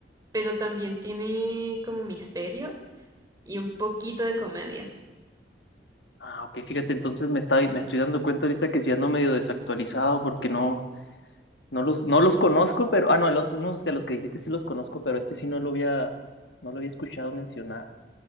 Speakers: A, on the right; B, on the left.
A: pero también tiene como misterio y un poquito de comedia.
B: Ah, ok, fíjate, entonces me está, me estoy dando cuenta ahorita que ya ando medio desactualizado porque no, No los, no los conozco, pero. Ah, no, el o- unos de los que dijiste sí los conozco, pero este sí no lo había, no lo había escuchado mencionar.